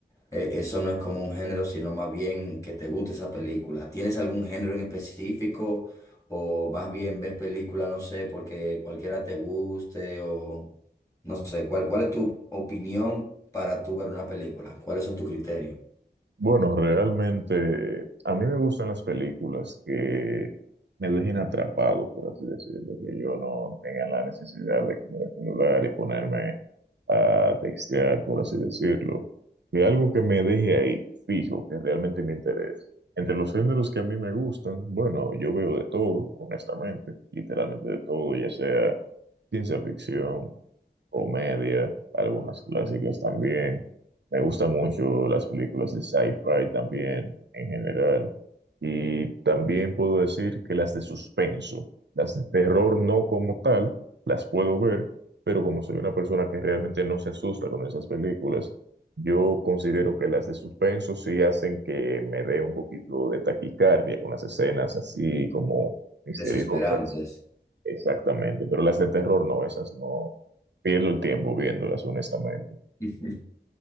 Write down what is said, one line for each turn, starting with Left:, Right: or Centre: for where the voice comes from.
Left: Eh, Eso no es como un género, sino más bien que te guste esa película. ¿Tienes algún género en específico o más bien ver película, no sé, porque cualquiera te guste o no sé, cuál, cuál es tu opinión para tú ver una película? ¿Cuáles son tus criterios?
Right: Bueno, realmente a mí me gustan las películas que me dejen atrapado, por así decirlo, que yo no tenga la necesidad de comer el celular y ponerme a textear, por así decirlo, que algo que me deje ahí fijo, que realmente me interese. Entre los géneros que a mí me gustan, bueno, yo veo de todo, honestamente, literalmente de todo, ya sea ciencia ficción comedia, algunas clásicas también. Me gustan mucho las películas de sci-fi también en general. Y también puedo decir que las de suspenso, las de terror no como tal, las puedo ver, pero como soy una persona que realmente no se asusta con esas películas, yo considero que las de suspenso sí hacen que me dé un poquito de taquicardia con las escenas así como misteriosas.
Left: Desesperantes.
Right: Exactamente, pero las de terror no, esas no pierdo el tiempo viéndolas, honestamente.
Left: <laughs>